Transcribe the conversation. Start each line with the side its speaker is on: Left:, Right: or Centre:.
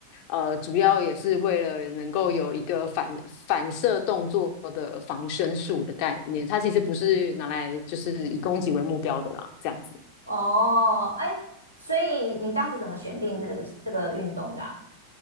Left: 呃，主要也是为了能够有一个反反射动作的防身术的概念，它其实不是拿来就是以攻击为目标的啦，这样子
Right: 哦，哎，所以你当时怎么选定这个这个运动的啊？